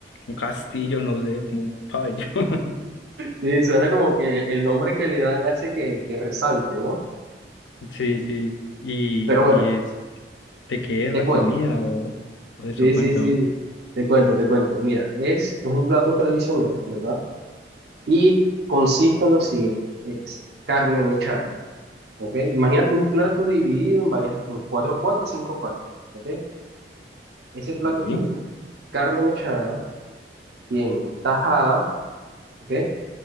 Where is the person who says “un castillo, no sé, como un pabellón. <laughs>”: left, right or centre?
Left